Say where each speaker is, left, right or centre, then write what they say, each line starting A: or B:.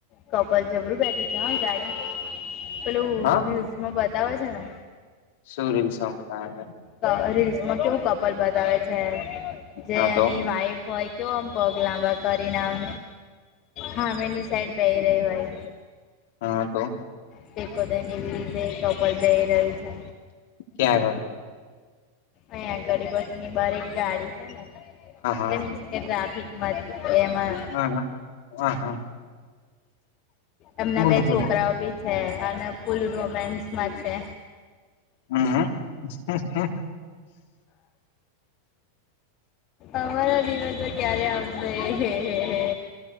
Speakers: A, on the left; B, on the left.
A: તો પછી જબરું બેઠે છે ગાડી પેલું
B: હા
A: યુઝમાં બતાવે છે ને
B: શું રિક્ષામાં ગયા તા
A: હા રીલ્સમાં કેવું કપલ બતાવે છે જે
B: હા તો
A: એની વાઈફ હોય કેવો આમ પગ લાબા કરી આમ હા મેની સાઈડ બેય રહી હોય
B: હા તો
A: ટેકો દઈને એવી રીતે કપલ બેઈ રહ્યું છે.
B: ક્યાં આગળ
A: અહીંયા ગરીબોની બાર એક ગાડી છે ને એટલે
B: આગળ
A: મીન્સ કે ટ્રાફિકમાં એમાં
B: હા હા હા હા.
A: એમના
B: બોલો
A: બે
B: બોલો
A: છોકરાઓ બી છે અને ફૂલ રોમાન્સમાં છે.
B: હા હા હમ્મ હમ્મ.
A: અમારા દિવસો ક્યારે આવશે હે હે હે